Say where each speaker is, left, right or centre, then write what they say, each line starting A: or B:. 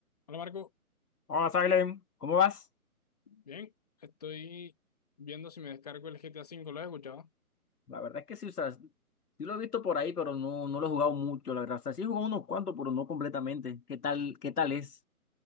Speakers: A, on the left (about 25°); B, on the left (about 85°).
A: Hola Marco,
B: Hola, Salem, ¿cómo vas?
A: bien, estoy viendo si me descargo el GTA V, ¿lo has escuchado?
B: La verdad es que sí, o sea, sí lo he visto por ahí, pero no, no lo he jugado mucho, la verdad. O sea, sí he jugado unos cuantos, pero no completamente. ¿Qué tal, qué tal es?